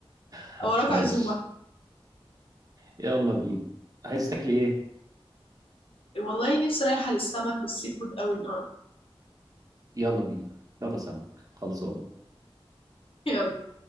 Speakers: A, on the right; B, on the left.
A: <laughs>
B: وراك
A: ماشي
B: عزومه
A: يلا بينا عايز تاكلي ايه
B: والله نفسي رايحه للسمك والسي فود قوي النهارده
A: يلا بينا يلا سمك خلصان
B: يلا